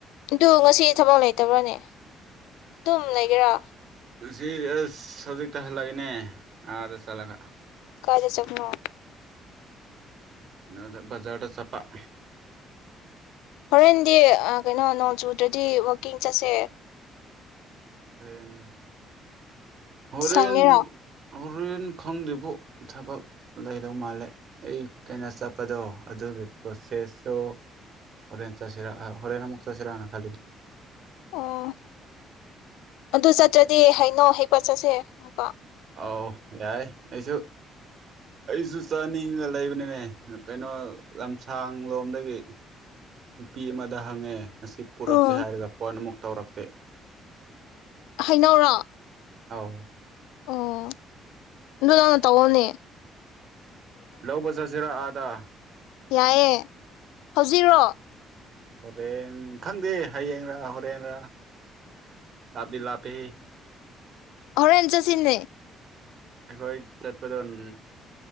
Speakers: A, on the left; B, on the right.
A: ꯑꯗꯨ ꯉꯁꯤ ꯊꯕꯛ ꯂꯩꯇꯕ꯭ꯔꯥꯅꯦ ꯑꯗꯨꯝ ꯂꯩꯒꯦꯔꯥ
B: ꯁꯤ ꯑꯁ ꯍꯧꯖꯤꯛꯇ ꯍꯜꯂꯛꯏꯅꯦ ꯑꯥꯗ ꯆꯠꯂꯒ
A: ꯀꯥꯖ ꯆꯈꯃ
B: ꯅꯗ ꯖꯥꯔꯗ ꯆꯄꯥ
A: ꯍꯣꯔꯦꯟꯗꯤ ꯀꯩꯅꯣ ꯅꯣꯡ ꯆꯨꯗ꯭ꯔꯗꯤ ꯋꯥꯛꯀꯤꯡ ꯆꯠꯁꯦ
B: ꯦꯟ ꯍꯣꯔꯦꯟ
A: ꯁꯪꯉꯦꯔꯣ
B: ꯍꯣꯔꯦꯟ ꯈꯪꯗ꯭ꯕꯨ ꯊꯕꯛ ꯂꯩꯗꯧ ꯃꯥꯜꯂꯦ ꯑꯩ ꯀꯩꯅ ꯆꯠꯄꯗꯣ ꯑꯗꯨꯒꯤ ꯄ꯭ꯔꯣꯁꯦꯁꯇꯣ ꯍꯣꯔꯦꯟ ꯆꯠꯁꯤꯔ ꯍꯣꯔꯦꯟ ꯑꯃꯨꯛ ꯆꯠꯁꯤꯔꯥꯅ ꯈꯜꯂꯤꯕ
A: ꯑꯣ ꯑꯗꯨ ꯆꯠꯇ꯭ꯔꯗꯤ ꯍꯥꯏꯩꯅꯣ ꯍꯩꯀꯣꯠ ꯆꯠꯁꯦꯀꯣ
B: ꯑꯧ ꯌꯥꯏ ꯑꯩꯁꯨ ꯑꯩꯁꯨ ꯆꯥꯅꯤꯡꯉ ꯂꯩꯕꯅꯤꯅꯦ ꯀꯩꯅꯣ ꯂꯝꯁꯥꯡ ꯂꯣꯝꯗꯒꯤ ꯅꯨꯄꯤ ꯑꯃꯗ ꯍꯪꯉꯦ ꯉ ꯄꯨꯔꯛꯀꯦ
A: ꯑꯥ
B: ꯍꯥꯏꯔꯒ ꯐꯣꯟ ꯑꯃꯨꯛ ꯇꯧꯔꯛꯇꯦ
A: ꯍꯩꯅꯧꯔꯣ
B: ꯑꯥꯎ
A: ꯑꯣ ꯑꯗꯨꯗꯧꯅ ꯇꯧꯑꯝꯅꯦ
B: ꯂꯧꯕꯕꯁ ꯍꯁꯤꯔ ꯑꯗ
A: ꯌꯥꯏꯑꯦ ꯍꯧꯖꯤꯛꯔꯣ
B: ꯍꯣꯔꯦꯟ ꯈꯪꯗꯦ ꯍꯌꯦꯡꯔꯥ ꯍꯣꯔꯦꯟꯔꯥ ꯂꯥꯞꯗꯤ ꯂꯥꯞꯄꯤ
A: ꯍꯣꯔꯦꯟ ꯆꯁꯤꯅꯦ
B: ꯑꯩꯈꯣꯏ ꯆꯠ ꯎꯝ